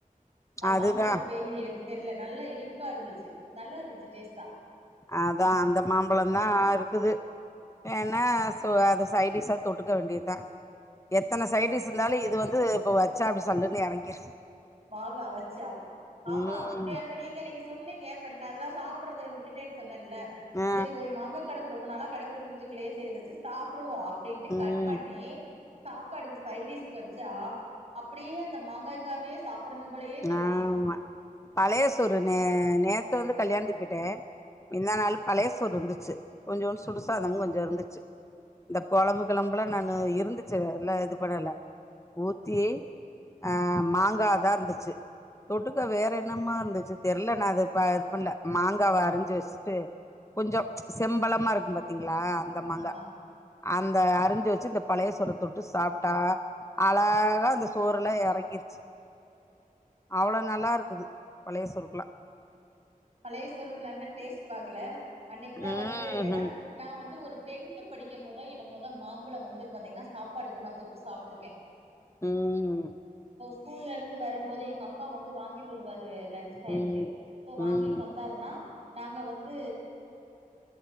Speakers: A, on the right; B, on the left.
A: ஆ
B: அதுதா
A: மாம்பழத்து பேர் எனக்கு தெர்ல நல்லா இனிப்பா இருந்துச்சு நல்லா இருந்ச்சு டேஸ்ட்டா
B: அதா அந்த மாம்பழந்தா இருக்குது வேண்ணா
A: ம்
B: சொ அது சைடிஸ்ஸா தொட்டுக்க வேண்டியத்தா எத்தன சைட்டிஸ் இருந்தாலு இது வந்து இப்ப வச்சா அப்டி சல்லுன் எறங்கிரு
A: பாங்கா வச்சாவு ஆமா
B: ம்
A: உண்மையாலுமே நீங்க அன்னக்கி சொன்னீங்க பட் நா அதெல்லா சாப் ட்றத விட்டுட்டேன் சொன்னன்ல
B: ஆ
A: செரி ஒரு மாங்கா கெடெக்கு ரொம்ப நாளா கெடெக்குது பிரிட்ஜுக்குள்ளயே செரி இத வெச்சி சாப்டுவோ அப்டின்ட்டு
B: ம்
A: கட் பண்ணி சாப்பாடுக்கு சைட்டிஸ்க்கு வச்சா அப்டியே அந்த மாங்காய்க்காவே சாப்பிடணும் போலயே தோணுச்சு
B: ஆமா பழைய சோறு நே நேத்து வந்து கல்யாணத்க்கு போய்ட்டே மிந்தா
A: ம்
B: நாளு பழைய சோறு இருந்துச்சு கொஞ்சோனு
A: ம்
B: சுடுசாதமு கொஞ்ச இருந்துச்சு
A: ம்
B: இந்த கொழம்பு கிழம்புலா நானு இருந்துச்சு எல்லா இது பண்ணல ஊத்தி ஆ மாங்காதா இருந்துச்சு தொட்டுக்க வேற என்னமா இருந்துச்சு தெர்ல நா அது இப்ப இது பண்ல மாங்காவ
A: ம்
B: அரிஞ்சி வச்ட்டு கொஞ்சொ
A: ம்
B: செம்பழமா இருக்கு பாத்தீங்ளா அந்த மாங்கா
A: ஆமா
B: அந்த அரிஞ்சு வச்சு இந்த பழைய சோற தொட்டு சாப்ட்டா அழகா இந்த சோறெல்லா எறங்கிருச்சு அவளோ நல்லா இருக்குது பழைய சோறுக்குலா
A: பழைய சோறுக்கு நா இன்ன டேஸ்ட் பாக்கல அன்னக்கிதா
B: ம்
A: வந்து ஏனா நா வந்து ஒரு டென் த்து படிக்கம்போதோ என்னமோதா மாம்பழ வந்து பாத்தீங்னா சாப்பாடுக்கு நா தொட்டு சாப்ட்ருக்கே
B: ம்
A: ஸ்கூல்ல இருந்து வரம்போது எங்க அப்பா வந்து வாங்கிட்டு வருவாரு லஞ்ச் டைமுக்கே
B: ம்
A: சோ வாங்கிட்
B: ம்
A: வந்தாருனா நாங்க வந்து